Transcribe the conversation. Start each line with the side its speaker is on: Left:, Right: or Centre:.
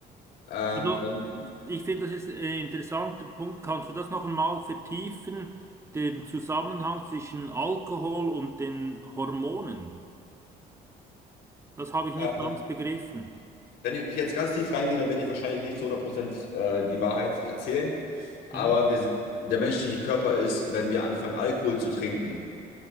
Left: Ähm,
Right: Also,
Left: dann,
Right: ich finde, das ist ein interessanter Punkt. Kannst du das noch einmal vertiefen, den Zusammenhang zwischen Alkohol und den Hormonen? Das habe ich
Left: äh,
Right: nicht ganz begriffen.
Left: wenn ich jetzt ganz tief reingehe, dann werde ich wahrscheinlich nicht zu 100% äh, die Wahrheit erzählen, aber
Right: Mhm.
Left: wir sind, der menschliche Körper ist, wenn wir anfangen, Alkohol zu trinken,